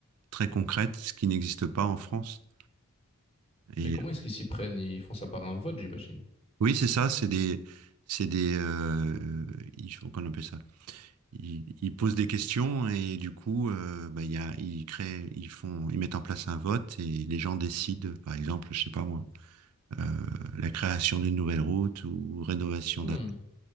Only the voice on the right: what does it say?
très concrètes, ce qui n'existe pas en France. Et
oui, c'est ça, c'est des, c'est des, euh, ils font- qu'on appelle ça ils, ils posent des questions et du coup, euh, bah, il y a, ils créent, ils font, ils mettent en place un vote et les gens décident, par exemple, je sais pas moi, euh, la création d'une nouvelle route ou rénovation
d'un.